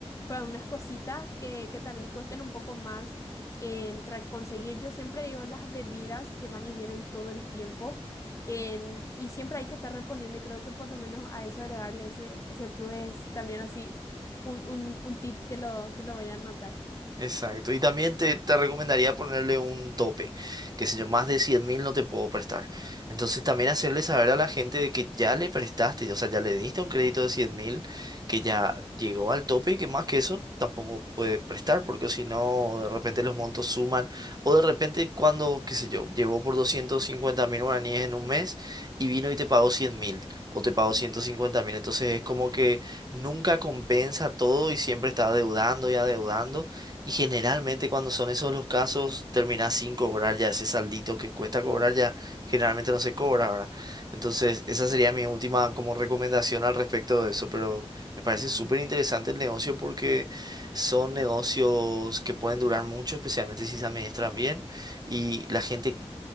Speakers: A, on the left; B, on the right.
A: por unas cositas que, que tal vez cuesten un poco más en tra- conseguir. Yo siempre digo las bebidas que van y vienen todo el tiempo en- y siempre hay que estar reponiendo y creo que por lo menos a eso agregarle ese, ese plus es también así un, un, un tip que lo, que lo voy a anotar.
B: Exacto. Y también te, te recomendaría ponerle un tope, que sé yo, más de cien mil no te puedo prestar. Entonces también hacerle saber a la gente de que ya le prestaste, o sea, ya le diste un crédito de cien mil, que ya llegó al tope y que más que eso tampoco puede prestar, porque si no, de repente los montos suman, o de repente cuando, qué sé yo, llevó por doscientos cincuenta mil guaraníes en un mes y vino y te pagó cien mil, o te pagó ciento
A: Mm.
B: cincuenta mil. Entonces es como que nunca compensa todo y siempre está adeudando y adeudando. Y generalmente cuando son esos los casos, terminás sin cobrar ya ese saldito que cuesta cobrar, ya generalmente no se cobra, ¿verdad? Entonces, esa sería mi última como recomendación al respecto de eso, pero me parece súper interesante el negocio porque son negocios que pueden durar mucho, especialmente si se administran bien y la gente